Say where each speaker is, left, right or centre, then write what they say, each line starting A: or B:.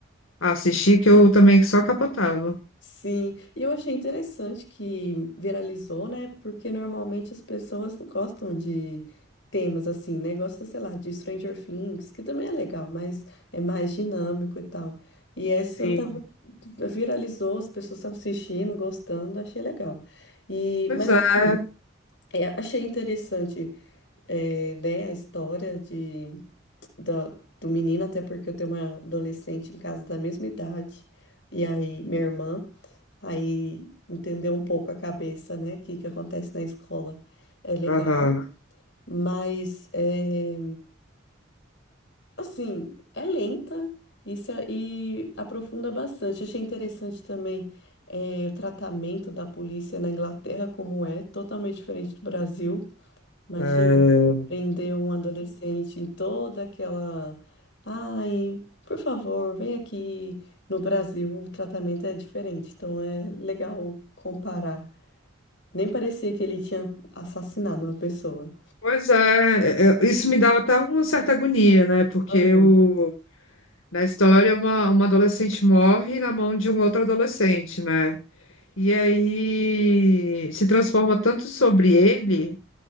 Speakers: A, on the left; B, on the left.
A: assistir que eu também só capotava.
B: sim. E eu achei interessante que viralizou, né? Porque normalmente as pessoas não gostam de temas assim, né? Gosta, sei lá, de Stranger Things, que também é legal, mas é mais dinâmico e tal. E essa
A: Sim.
B: viralizou, as pessoas estavam assistindo, gostando, achei legal. E,
A: Pois
B: mas
A: é.
B: assim, é, achei interessante, é, né, a história de, da- do menino, até porque eu tenho uma adolescente em casa da mesma idade, e aí minha irmã, aí entendeu um pouco a cabeça, né, que que acontece na escola. É legal,
A: Aham.
B: mas é, Assim, é lenta e, se- e aprofunda bastante. Achei interessante também eh, o tratamento da polícia na Inglaterra, como é, totalmente diferente do Brasil. Imagina
A: É,
B: prender um adolescente em toda aquela. Ai, por favor, vem aqui. No Brasil, o tratamento é diferente, então é legal comparar. Nem parecia que ele tinha assassinado uma pessoa.
A: Pois é, é, é, isso me dava até uma certa agonia, né? Porque
B: Aham.
A: eu, Na história, uma, uma adolescente morre na mão de um outro adolescente, né? E aí se transforma tanto sobre ele,